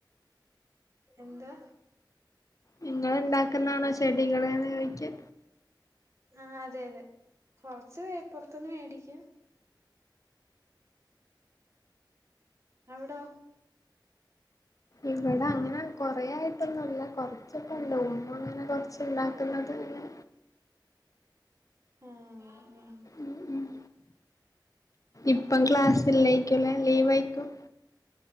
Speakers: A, on the right; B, on the left.
A: എന്താ?
B: നിങ്ങ ഉണ്ടാക്കുന്നാണോ ചെടികളെന്ന് ചോയിക്ക.
A: ആ അതെ അതെ. കൊറച്ച്പൊറത്തൊന്ന് മേടിക്കും അവിടോ?
B: ഇവിടെ അങ്ങനെ കൊറ ആയിട്ടൊന്നുംല്ല കൊറച്ചൊക്ക ഇണ്ട് ഉമ്മ അങ്ങനെ കൊറച്ച് ഉണ്ടാക്കുന്നത് ആ
A: ആഹ് അങ്ങനെ ഉം
B: ഉം ഇപ്പം ക്ലാസ്സ് ഇല്ലായിക്കുല്ലെ ലീവ് ആയിക്കും.